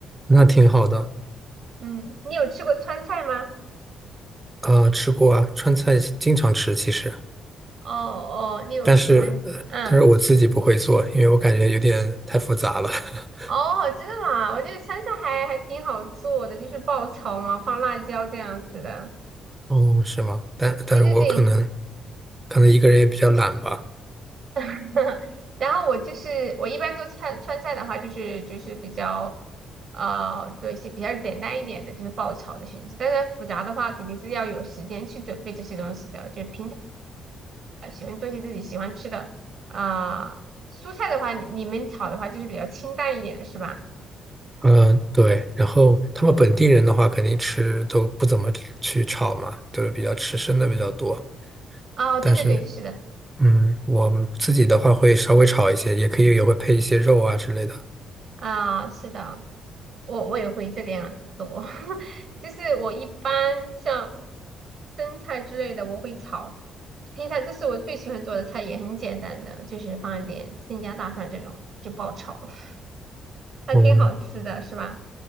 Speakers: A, on the right; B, on the right.
A: 那挺好的。
B: <laughs> 嗯，你有吃过川菜吗？
A: 啊，吃过啊，川菜经常吃其实，
B: 哦哦，你有喜欢嗯
A: 但是呃但是我自己不会做，因为我感觉有点太复杂了。<laughs>
B: 哦，真的吗？我觉得川菜还还挺好做的，就是爆炒嘛，放辣椒这样子的。
A: 哦，是吗？但但是我可能
B: 对对对，
A: 可能一个人也比较懒吧。
B: <laughs> 然后我就是我一般做川川菜的话，就是就是比较啊做一些比较简单一点的，就是爆炒的形式。但是复杂的话，肯定是要有时间去准备这些东西的，就平。常。喜欢做一些自己喜欢吃的啊、蔬菜的话，你你们炒的话就是比较清淡一点的是吧？
A: 嗯、对。然后他们本地人的话，肯定吃都不怎么去炒嘛，都是比较吃生的比较多。
B: 哦，
A: 但是，
B: 对对对，是的，
A: 嗯，我们自己的话会稍微炒一些，也可以也会配一些肉啊之类的。
B: 啊、是的，我我也会这个样子做，<laughs> 就是我一般像生菜之类的我会炒，平常这是我最喜欢做的菜，也很简单的，就是放一点生姜、大蒜这种就爆炒，<laughs> 还挺好吃的，
A: 哦
B: 是吧？